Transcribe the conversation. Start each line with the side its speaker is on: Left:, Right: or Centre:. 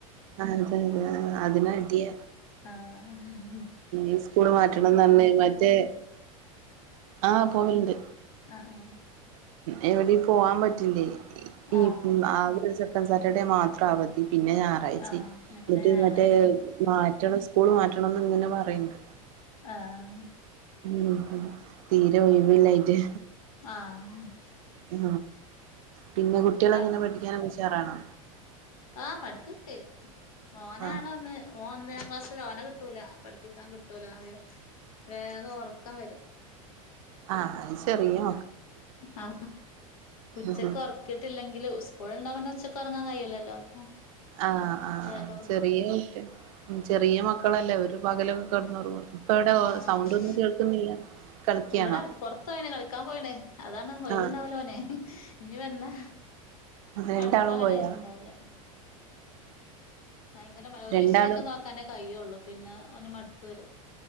Right: ആ അതെ അതെ ആ അതിനാ അടിയ
Left: ആഹ
Right: ഉ സ്കൂള് മാറ്റണംന്ന മറ്റേ ആഹ് പോവലുണ്ട്
Left: ആ ആ
Right: എവിടെ പോവാൻ പറ്റില്ലേ ഈ
Left: ആഹ്
Right: ആക <unintelligible> സെക്കൻ സാറ്റർഡേ മാത്രം അവധി പിന്നെ ഞായറാഴ്ച
Left: ആഹ്
Right: എന്നിട്ട്
Left: എന്നാ പിന്നെ ഞായറാഴ്ച
Right: മറ്റേ മാറ്റണം സ്കൂള് മാറ്റണംന്ന് ഇങ്ങനെ പറയണ്ട്
Left: ആഹ
Right: ഉം തീരെ ഒഴിവല്ലായിട്ട്
Left: ആഹ
Right: ഉ പിന്നെ കുട്ടികള
Left: ക
Right: എങ്ങനെ പഠിക്കാനൊക്കെ ഉഷാറാണോ
Left: ആഹ് പഠക്കക്കെചെയ്യും മോനാണ്
Right: ആഹ്
Left: ഒന്ന് ഓൻ ഒന്നാം ക്ലാസ്സിൽ ഓനെ കിട്ടൂല പഠിപ്പിക്കാൻ കിട്ടൂല വേഗം ഉറക്കം വരും
Right: ആഹ അത് ചെറിയോ
Left: ആ ഉച്ചക്ക
Right: ആഹ്
Left: ഉറക്കിട്ട് ട്ടില്ലെങ്കില് സ്കൂൾ ഉണ്ടാവുമ്പോ ഒച്ചക്ക് ഒറങ്ങാൻ കഴയില്ലല്ലോ അപ്പൊ
Right: ആഹ് ആഹ്
Left: വേഗം
Right: ആ്
Left: ഉറങ്ങും
Right: ചെറിയ മറ്റെ ചെറിയ മക്കളല്ലേ ഒരു പകലൊക്കെ കടന്ന്റ ഇപ്പ ഇവിടെ
Left: ആഹ്
Right: സൗണ്ട് ഒന്നും കേൾക്കുന്നില്ല കളിക്കാണോ
Left: ഇവിടെ പുറത്ത പോയിണ് കളിക്കാൻ പോയിണ് അതാണ് ഒഴവുണ്ടാവലോനെ
Right: ആഹ്
Left: ഇനി വന്നാ
Right: രണ്ടാളും
Left: പഠിക്കാനുള്ള
Right: പോയാ
Left: ടൈമ ഉണ്ടാവൂല ഭയങ്കര ഒരു
Right: രണ്ടാളും
Left: വിഷയൊക്കെ നോക്കാനേ കഴുള്ളു പിന്നെ ഒന് മടുപ്പ് വരും